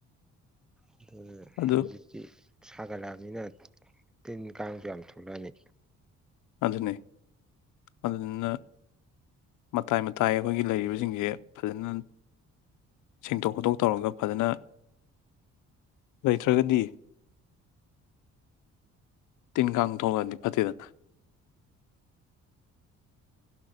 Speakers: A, in the centre; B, on the left.
A: ꯑꯗꯨ
B: ꯑꯗꯨ
A: ꯍꯧꯖꯤꯛꯇꯤ ꯁꯥꯒꯠꯂ ꯅꯤꯅ ꯇꯤꯟ ꯀꯥꯡꯁꯨ ꯌꯥꯝ ꯊꯣꯛꯂꯛꯑꯅꯤ
B: ꯑꯗꯨꯅꯤ ꯑꯗꯨꯗꯨꯅ ꯃꯇꯥꯏ ꯃꯇꯥꯏ ꯑꯩꯈꯣꯏꯒꯤ ꯂꯩꯔꯤꯕꯁꯤꯡꯁꯦ ꯐꯖꯅ ꯁꯦꯡꯗꯣꯛ ꯈꯣꯠꯇꯣꯛ ꯇꯧꯔꯒ ꯐꯖꯅ ꯂꯩꯇ꯭ꯔꯒꯗꯤ ꯇꯤꯟ ꯀꯥꯡ ꯊꯣꯛꯂꯛꯑꯗꯤ ꯐꯠꯇꯦꯗꯅ